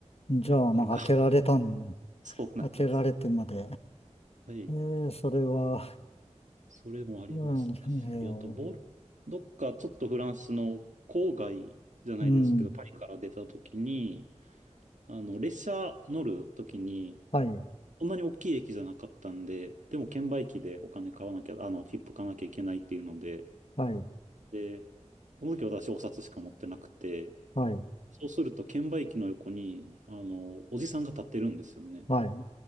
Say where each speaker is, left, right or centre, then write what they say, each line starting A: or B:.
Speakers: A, on the left; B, on the right.
A: じゃあ、
B: なんか、
A: なんか開けられたん、
B: <laughs> そうなんです。
A: 開けられてまで。
B: はい。
A: えー、それは、
B: それもありましたし、
A: うん、えー、
B: あと、ボル、どっかちょっとフランスの郊外じゃないですけど、
A: うん、
B: パリから出た時に、あの、列車乗るときに、
A: はい、
B: そんなに大きい駅じゃなかったんで、でも券売機でお金買わなきゃ、あの、切符買わなきゃいけないっていうので、
A: はい、
B: で、この時私お札しか持ってなくて、
A: はい、
B: そうすると券売機の横に、あの、おじさんが立ってるんですよね。
A: はい、